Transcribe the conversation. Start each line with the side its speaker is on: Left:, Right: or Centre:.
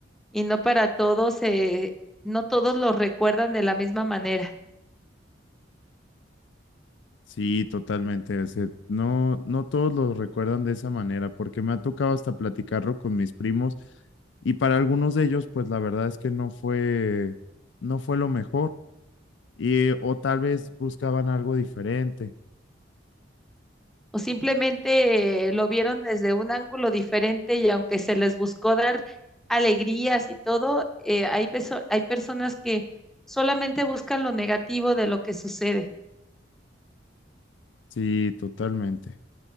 Centre: y no para todos, eh, no todos lo recuerdan de la misma manera
Left: Sí, totalmente. o sea, no, no todos lo recuerdan de esa manera, porque me ha tocado hasta platicarlo con mis primos y para algunos de ellos, pues la verdad es que no fue, no fue lo mejor y eh, o tal vez buscaban algo diferente.
Centre: o simplemente eh, lo vieron desde un ángulo diferente y aunque se les buscó dar alegrías y todo, eh, hay, peso- hay personas que solamente buscan lo negativo de lo que sucede.
Left: Sí, totalmente.